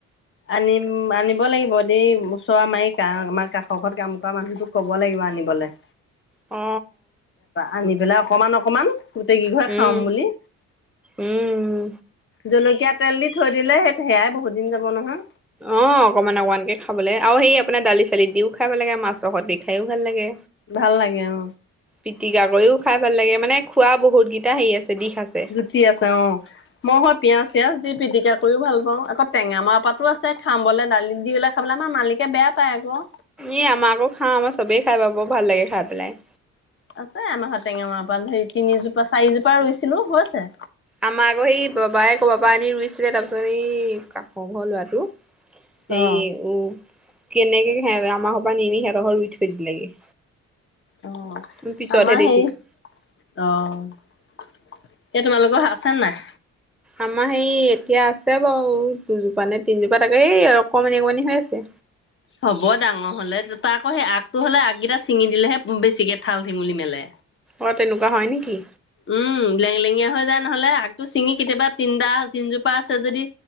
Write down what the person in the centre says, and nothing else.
অ
উম
উম
অ অকমান অকমানকে খাবলৈ আৰু সেই আপোনাৰ দালি চালিত দিও খাই ভাল লাগে মাছৰ সৈতেও খাই ভাল লাগে।
পিটিকা কৰিও খাই ভাল লাগে মানে খোৱা বহুতকেইটা হেৰি আছে দিশ আছে।
এ আমাৰ আকৌ খাওঁ আমাৰ চবেই খাই বা বৰ ভাল লাগে খাই পেলাই।
আমাৰ আকৌ সেই বাবাই কবাৰ পাৰা আনি ৰুইছিলে তাৰপিছত এই কাষৰ ঘৰ ল'ৰাটো সেই
উ কেনেকে আমাৰ ঘৰ পৰা নিনি হেহঁতৰ ঘৰত ৰুই থৈ দিলেগে।
আমি পিছতহে
দেখিছো
আমাৰ সেই এতিয়া আছে বাৰু দুজোপা নে তিনজোপা তাকে এই অকমানি অকমানি হৈ আছে।
অঁ তেনেকুৱা হয় নেকি?